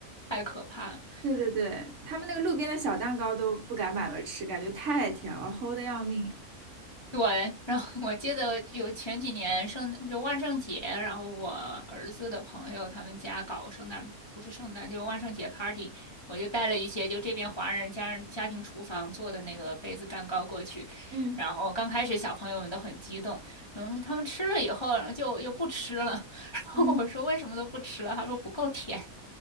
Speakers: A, on the left; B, on the right.
A: 太可怕。
B: 对对对，他们那个路边的小蛋糕都不敢买了吃，感觉太甜了，齁的要命。
A: 对，然后我记得有前几年圣就万圣节，然后我儿子的朋友他们家搞圣诞，不是圣诞，就万圣节 party，我就带了一些就这边华人家人家庭厨房做的那个杯子蛋糕过去，
B: 嗯
A: 然后刚开始小朋友们都很激动，然后他们吃了以后，然后就又不吃了，<laughs> 然后我说为什么都不吃了，
B: 嗯，
A: 他说不够甜。